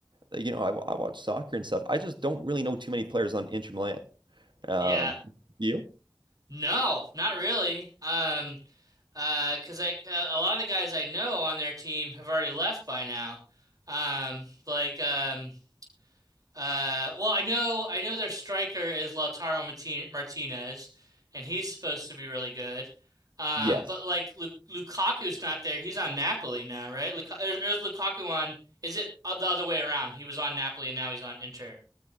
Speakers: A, on the right; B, on the right.
A: like, you know, I, I watch soccer and stuff. I just don't really know too many players on Inter Milan. Um,
B: Yeah.
A: you?
B: No, not really. Um, uh, cause I uh, a lot of the guys I know on their team have already left by now. Um, like um, uh, well, I know I know their striker is Lautaro Martin Martinez, and he's supposed to be really good. Um,
A: Yes.
B: but like Lu Lukaku's not there. He's on Napoli now, right? Luka or, or is Lukaku on? Is it the other way around? He was on Napoli and now he's on Inter.